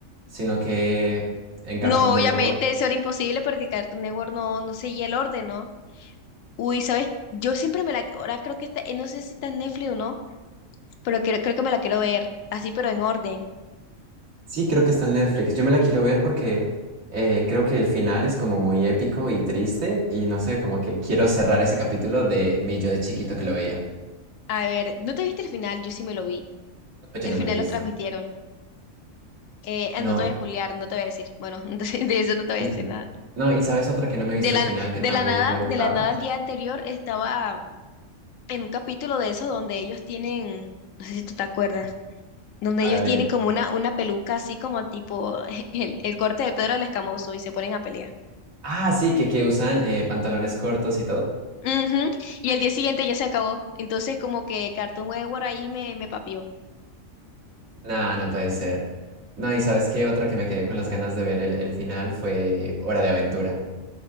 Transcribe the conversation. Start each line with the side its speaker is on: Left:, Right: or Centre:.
Right: sino que en Cartoon
Left: No, obviamente
Right: Network.
Left: eso era imposible porque Cartoon Network no, no seguía el orden, ¿no? Uy, ¿sabes? Yo siempre me la, ahora creo que está, eh, no sé si está en Netflix o no, pero creo, creo que me la quiero ver, así pero en orden.
Right: Sí, creo que está en Netflix. Yo me la quiero ver porque eh, creo que el final es como muy épico y triste y no sé, como que quiero cerrar ese capítulo de mi yo de chiquito que lo veía.
Left: A ver, ¿no te viste el final? Yo sí me lo vi.
Right: Yo
Left: El
Right: no
Left: final
Right: me lo he visto.
Left: los transmitieron. Eh, ah,
Right: No,
Left: no te
Right: y,
Left: voy a spoilear, no te voy a decir. Bueno, <laughs> entonces de eso no te voy
Right: sí,
Left: a decir
Right: sí.
Left: nada.
Right: No, ¿y sabes otra que no me he
Left: De
Right: visto
Left: la,
Right: el final que
Left: de
Right: también
Left: la nada,
Right: me gustaba?
Left: de la nada el día anterior estaba en un capítulo de eso donde ellos tienen, no sé si tú te acuerdas, donde
Right: A
Left: ellos
Right: ver,
Left: tienen
Right: dime.
Left: como una, una peluca así como tipo <laughs> el, el corte de Pedro el Escamoso y se ponen a pelear.
Right: Ah, sí, que, que usan eh, pantalones cortos y todo.
Left: Ujú, Y el día siguiente ya se acabó. Entonces como que Cartoon Network ahí me, me papió.
Right: No, no puede ser. No, ¿y sabes qué? Otra que me quedé con las ganas de ver el, el final fue Hora de Aventura.